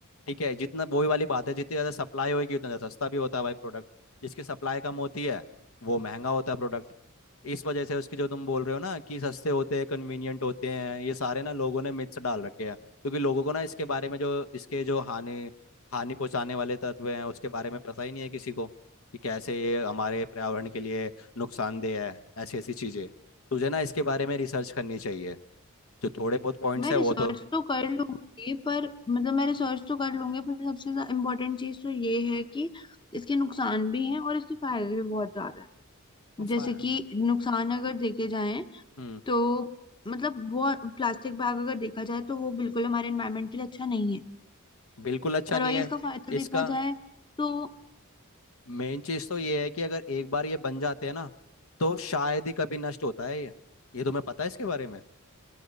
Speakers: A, on the left (about 70°); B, on the left (about 20°).
A: ठीक है जितना वही वाली बात है जितनी ज़्यादा सप्लाई होगी उतना ज़्यादा सस्ता भी होता है भाई प्रोडक्ट जिसकी सप्लाई कम होती है वो महंगा होता है प्रोडक्ट इस वजह से उसके जो तुम बोल रहे हो ना कि सस्ते होते हैं कन्वीनियंट होते हैं ये सारे ना लोगों ने मिथ्स डाल रखे हैं क्योंकि लोगों को ना इसके बारे में जो इसके जो हानि हानि पहुंचाने वाले तत्व हैं उसके बारे में पता ही नहीं है किसी को कि कैसे ये हमारे पर्यावरण के लिए नुकसानदेह है ऐसी ऐसी चीज़ें तुझे ना इसके बारे में रिसर्च करनी चाहिए जो थोड़े बहुत पॉइंट्स
B: मैं
A: है
B: रिसर्च
A: वो तो
B: तो कर लूंगी पर मतलब मैं रिसर्च तो कर लूंगी पर सबसे इम्पोर्टेंट चीज तो ये है कि इसके नुकसान भी हैं और इसके फायदे भी बहुत ज्यादा हैं
A: वो फा-
B: जैसे कि नुकसान अगर देखे जाएं
A: हम्म
B: तो मतलब वो प्लास्टिक बैग अगर देखा जाए तो वो बिल्कुल हमारे एनवायरनमेंट के लिए अच्छा नहीं है
A: बिल्कुल अच्छा
B: पर
A: नहीं
B: वही
A: है
B: इसका फायदा देखा
A: इसका
B: जाए तो
A: मेन चीज़ तो ये है कि अगर एक बार ये बन जाते हैं ना तो शायद ही कभी नष्ट होता है ये ये तुम्हें पता है इसके बारे में